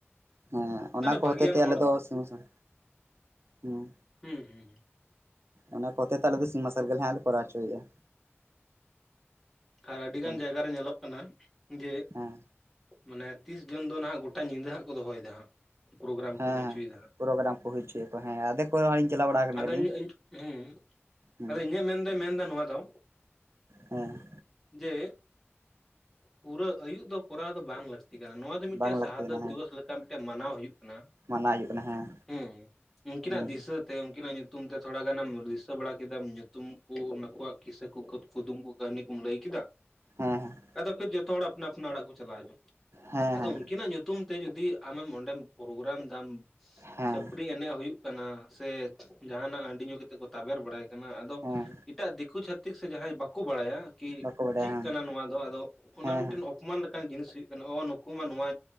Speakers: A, on the right; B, in the centre.
A: ᱦᱮᱸ ᱚᱱᱟ
B: ᱢᱟᱱᱮ
A: ᱠᱚ
B: ᱵᱷᱟᱹᱜᱤᱭᱟᱱ
A: ᱦᱚᱛᱮ ᱛᱮ ᱟᱞᱮ
B: ᱦᱚᱲ
A: ᱫᱚ ᱥᱮᱸ ᱥᱮᱸ ᱦᱩᱸ
B: ᱦᱩᱸ ᱦᱩᱸ
A: ᱚᱱᱟ ᱠᱚ ᱦᱚᱛᱮ ᱛᱮ ᱟᱞᱮ ᱫᱚ ᱥᱤᱧ ᱢᱟᱨᱥᱟᱞ ᱜᱮᱞᱮ ᱦᱟᱸᱜ ᱞᱮ ᱠᱚᱨᱟᱣ ᱦᱚᱪᱚᱭᱮᱜ-ᱟ᱾
B: ᱟᱨ ᱟᱹᱰᱤ
A: ᱦᱮᱸ
B: ᱜᱟᱱ ᱡᱟᱭᱜᱟᱨᱮ ᱧᱮᱞᱚᱜ ᱠᱟᱱᱟ, ᱡᱮ
A: ᱦᱮᱸ
B: ᱢᱟᱱᱮ ᱛᱤᱥ ᱡᱚᱱ ᱫᱚ ᱱᱦᱟᱸᱜ ᱜᱚᱴᱟ ᱧᱤᱫᱟᱹ ᱦᱟᱸᱜ ᱠᱚ ᱫᱚᱦᱚᱭᱮᱫᱟ ᱦᱟᱸᱜ, ᱯᱨᱳᱜᱨᱟᱢ
A: ᱦᱮᱸ
B: ᱠᱚ ᱦᱩᱭ
A: ᱦᱮᱸ
B: ᱦᱩᱪᱚᱭ ᱫᱟ ᱦᱟᱸᱜ᱾
A: ᱯᱨᱳᱜᱨᱟᱢ ᱠᱚ ᱦᱩᱭ ᱪᱚᱭ ᱠᱚ, ᱦᱮᱸ ᱟᱫᱮᱠ ᱠᱚᱨᱮᱞᱤᱧ ᱪᱟᱞᱟᱣ ᱵᱟᱲᱟ ᱟᱠᱟᱱ
B: ᱟᱫᱚ
A: ᱜᱮᱭᱟᱞᱤᱧ᱾
B: ᱦᱩᱸ
A: ᱦᱮᱸ
B: ᱟᱫᱚ ᱤᱧᱟᱹᱜ ᱢᱮᱱ ᱫᱚᱭ ᱢᱮᱱᱫᱟ ᱱᱚᱣᱟ ᱫᱚ
A: ᱦᱮᱸ
B: ᱡᱮ ᱯᱩᱨᱟᱹ ᱟᱹᱭᱩᱜ ᱫᱚ ᱠᱚᱨᱟᱣ ᱫᱚ ᱵᱟᱝ ᱞᱟ ᱛᱤ ᱠᱟᱱᱟ, ᱱᱚᱣᱟ ᱫᱚ ᱢᱤᱫᱴᱮᱡ
A: ᱵᱟᱝ ᱞᱟᱹᱠᱛᱤ
B: ᱥᱟᱦᱟ
A: ᱠᱟᱱᱟ
B: ᱫᱟᱹᱛ ᱫᱤᱵᱚᱥ
A: ᱦᱮᱸ
B: ᱞᱮᱠᱟ ᱢᱤᱫᱴᱮᱱ ᱢᱟᱱᱟᱣ ᱦᱩᱭᱩᱜ ᱠᱟᱱᱟ᱾
A: ᱢᱟᱱᱟᱣ ᱦᱩᱭᱩᱜ ᱠᱟᱱᱟ ᱦᱮᱸ
B: ᱦᱩᱸ, ᱩᱝᱠᱤᱱᱟᱜ
A: ᱦᱮᱸ
B: ᱫᱤᱥᱟᱹ ᱛᱮ ᱩᱝᱠᱤᱱᱟᱜ ᱧᱩᱛᱩᱢ ᱛᱮ ᱛᱷᱚᱲᱟ ᱜᱟᱱᱮᱢ ᱨᱤᱥᱟᱹ ᱵᱟᱲᱟ ᱠᱮᱫᱟᱢ ᱧᱩᱛᱩᱢ ᱠᱚ ᱱᱩᱠᱩᱣᱟᱜ ᱠᱤᱥᱟᱹ ᱠᱚ ᱠᱩᱫᱩᱢ ᱠᱩ᱾ ᱠᱟᱹᱦᱱᱤ ᱠᱚᱢ ᱞᱟᱹᱭ ᱠᱮᱫᱟ᱾
A: ᱦᱮᱸ ᱦᱮᱸ
B: ᱟᱫᱚ ᱯᱷᱤᱨ ᱡᱚᱛᱚ ᱦᱚᱲ ᱟᱯᱱᱟ ᱟᱯᱱᱟ ᱚᱲᱟᱜ ᱠᱚ ᱪᱟᱞᱟᱣ ᱡᱚᱝ,
A: ᱦᱮᱸ
B: ᱟᱫᱚ
A: ᱦᱮᱸ
B: ᱩᱝᱠᱤᱱᱟᱜ ᱧᱩ ᱛᱩᱢ ᱛᱮ ᱡᱩᱫᱤ ᱟᱢᱮᱢ ᱚᱸᱰᱮᱢ ᱯᱨᱳᱜᱨᱟᱢ ᱫᱟᱢ
A: ᱦᱮᱸ
B: ᱪᱷᱟᱹᱯᱨᱤ ᱮᱱᱮᱜ ᱦᱩᱭᱩᱜ ᱠᱟᱱᱟ, ᱥᱮ ᱡᱟᱦᱟᱸᱱᱟᱜ ᱦᱟᱺᱰᱤ ᱧᱩ ᱠᱟᱛᱮ ᱠᱚ ᱛᱟᱵᱮᱨ ᱵᱟᱲᱟᱭ ᱠᱟᱱᱟ ᱟᱫᱚ
A: ᱦᱮᱸ ᱦᱮᱸ
B: ᱮᱴᱟᱜ ᱫᱤᱠᱩ ᱪᱷᱟᱛᱤᱠ ᱥᱮ ᱡᱟᱦᱟᱸᱭ ᱵᱟ ᱠᱩ ᱵᱟᱲᱟᱭᱟ ᱠᱤ
A: ᱵᱟᱠᱚ ᱵᱟᱰᱟᱭᱟ
B: ᱪᱤᱜ
A: ᱦᱟᱝ
B: ᱠᱟᱱᱟ ᱱᱚᱣᱟ ᱫᱚ, ᱟᱫᱚ ᱚᱱᱟ
A: ᱦᱮᱸ
B: ᱢᱤᱫᱴᱮᱱ ᱚᱯᱢᱟᱱ ᱞᱮᱠᱟᱱ ᱡᱤᱱᱤᱥ ᱦᱩᱭᱩᱜ ᱠᱟᱱᱟ᱾ᱚ ᱱᱩᱠᱩ ᱢᱟ ᱱᱚᱣᱟ